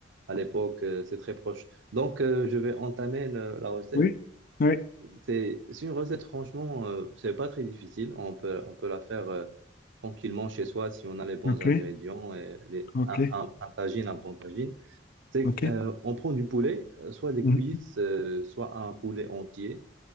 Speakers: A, on the right; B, on the left.
A: à l'époque, euh, c'est très proche. Donc, euh, je vais entamer euh, la recette.
B: oui, oui,
A: C'est c'est une recette, franchement, euh, c'est pas très difficile. On peut, on peut la faire euh, tranquillement chez soi si on a les bons
B: oui. Ok,
A: ingrédients et les,
B: ok,
A: un, un, un tagine, un bon tagine. C'est,
B: ok.
A: euh, on prend du poulet, euh, soit des
B: Mhm,
A: cuisses, euh, soit un poulet entier.